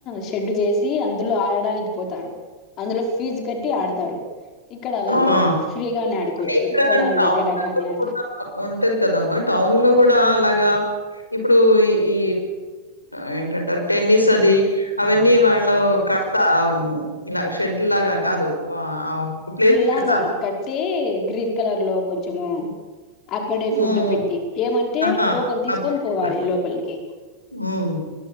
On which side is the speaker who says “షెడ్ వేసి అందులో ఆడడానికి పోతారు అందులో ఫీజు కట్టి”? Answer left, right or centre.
Left